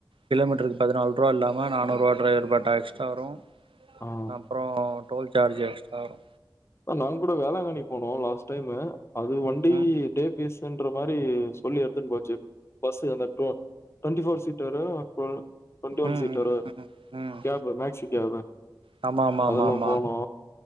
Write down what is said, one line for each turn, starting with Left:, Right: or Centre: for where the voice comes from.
Right: கிலோமீட்டருக்கு பதினாலு ரூவா இல்லாம நானூரூவா டிரைவர் பேட்டா எக்ஸ்ட்ரா வரு
Left: ஆ
Right: அப்றோ டோல் சார்ஜ் எக்ஸ்ட்ரா வரு
Left: நாங் கூட வேளாங்கண்ணி போனோ லாஸ்ட் டைமு அது வண்டி
Right: ம்
Left: டே பீஸ் ன்ற மாரி சொல்லி எடுதுன் போச்சு பஸ் அந்த டு ட்வெண்டி போர் சீட்டரு வரு டுவென்டி ஒன்
Right: ம்
Left: சீட்டரு
Right: ம் ம்
Left: கேப் மேக்சி கேப்
Right: ஆமா ஆமா
Left: அதுல
Right: ஆமா ஆமா
Left: போனோ